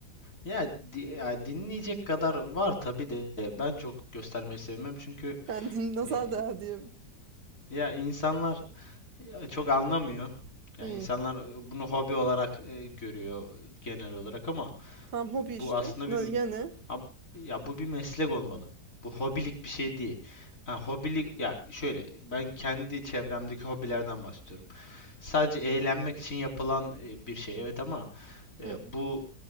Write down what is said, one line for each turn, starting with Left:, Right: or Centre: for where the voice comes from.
Left: ya, di- ya dinleyecek kadar var tabii de ben çok göstermeyi sevmem çünkü
Right: Yani din, nazar
Left: e,
Right: değer diye.
Left: ya insanlar Ya çok anlamıyor. Yani
Right: Hmm.
Left: insanlar e, bunu hobi olarak e, görüyor genel olarak ama
Right: Tam hobi
Left: bu
Right: işte.
Left: aslında
Right: Na-
Left: bir
Right: Ya ne?
Left: ab- ya bu bir meslek olmalı. Bu hobilik bir şey değil. Ha, hobilik ya şöyle ben kendi çevremdeki hobilerden bahsediyorum. Sadece eğlenmek için yapılan e, bir şey evet ama e,
Right: Hı.
Left: bu